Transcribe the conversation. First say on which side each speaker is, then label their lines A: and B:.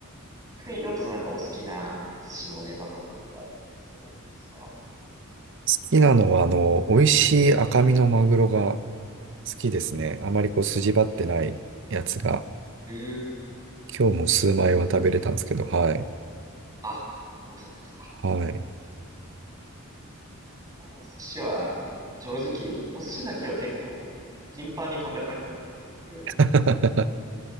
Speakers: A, on the right (about 15°); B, on the right (about 60°).
A: 逆に、りょうとさんなんかお好きな寿司のネタとかってあったりされるんですか
B: きなのは、あの、美味しい赤身のマグロが好きですね。あまりこう筋張ってないやつが、
A: え、うーん、
B: 今日も数枚は食べれたんですけど、
A: ですね。
B: はい。
A: あ、本当ですか。
B: はい。
A: いやお寿司は、正直、お寿司だけは結構、頻繁に食べたくなる料理の一つですね。
B: <laughs>